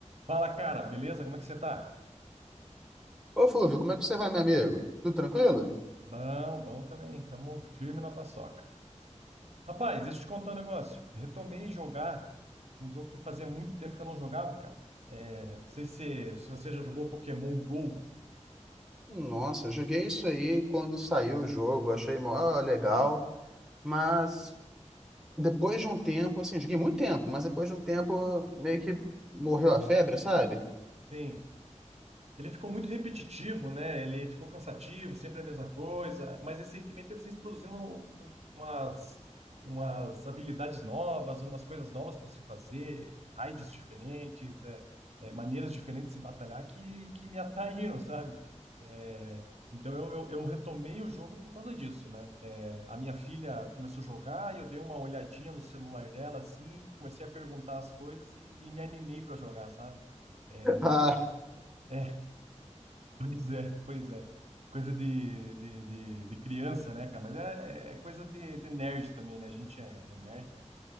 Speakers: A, on the right (about 60°); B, in the centre.
A: Fala, cara, beleza? Como é que você tá?
B: Ô, Flúvio, como é que você vai, meu amigo? Tudo tranquilo?
A: Bom, bom também. Tamo firme na paçoca. Rapaz, deixa eu te contar um negócio. Retomei jogar um jogo que fazia muito tempo que eu não jogava, cara. É, não sei se, se você já jogou Pokémon Go.
B: Nossa, eu joguei isso aí quando saiu o jogo, achei mó legal, mas depois de um tempo, assim, joguei muito tempo, mas depois de um tempo meio que morreu a febre, sabe?
A: Sim. Ele ficou muito repetitivo, né? Ele ficou cansativo, sempre a mesma coisa. Mas recentemente eles introduziram um- umas, umas habilidades novas, umas coisas novas para se fazer, raids diferentes, é, é, maneiras diferentes de se batalhar que, que me atraíram, sabe? É, então eu, eu, eu retomei o jogo por causa disso, né? É, a minha filha começou a jogar e eu dei uma olhadinha no celular dela, assim, comecei a perguntar as coisas e, e me animei para jogar, sabe? É,
B: <laughs> Ah,
A: é Pois é, pois é. Coisa de, de, de, de criança, né, cara? Mas é, é coisa de, de nerd também, né? A gente é, é nerd, né?